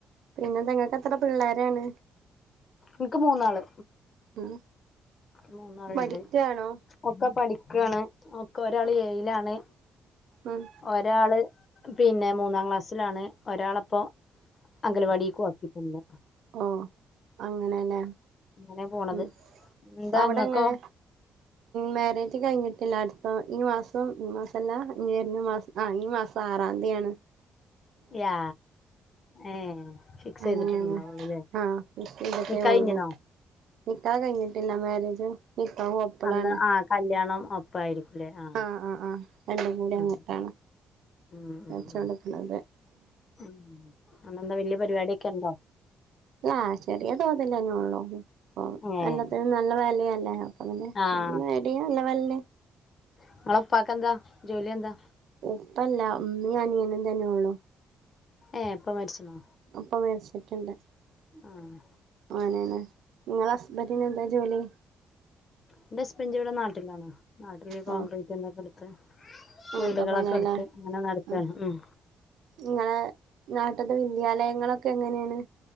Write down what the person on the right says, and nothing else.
പിന്നെന്ത ഇങ്ങൾക്ക് എത്ര പിള്ളേരാണ്
ഉം
പഠിക്കാണോ
ഉം
ആഹ് അങ്ങനെ ല്ലേ
ഉം
അവിടെ
എങ്ങനെ മാരേജ് കഴിഞ്ഞിട്ടില്ല അടുത്ത ഈ മാസം ഈ മാസല്ല ഇനി വരുന്ന മാസം ആഹ് ഈ മാസം ആറാന്തി ആണ്
അങ്ങനെയാണ്
ആഹ് ഫിക്സ് ചെയ്തിട്ടേ
ഉള്ളൂ
നിക്കാഹ് കഴിഞ്ഞിട്ടില്ല മാരേജ് നിക്കാഹും ഒപ്പം പ്പളാണ്
ആഹ് ആഹ് ആഹ് രന്റെ കൂടി
അങ്ങട്ടാണ്
വെച്ചോണ്ട് നിക്കുന്നത്
അല്ല ചെറിയ തോതിലെന്നെ ഉള്ളൂ ഇപ്പൊ
എല്ലാത്തിനും നല്ല വിലയല്ലേ അങനെ
മീഡിയം ലെവലിൽ
ഉപ്പല്ല ഇമ്മീം അനിയനും തന്നെ ഉള്ളു
ഉപ്പ മരിച്ചിട്ടുണ്ട്
അങ്ങനെണ് ങ്ങളെ ഹസ്ബന്റിന് എന്താ ജോലി
ഓ
അങ്ങനത്തെ
പണിയല്ലേ
ആ
നിങ്ങളെ നാട്ട്ത്തെ വിദ്യാലയങ്ങളൊക്കെ എങ്ങനെയാണ്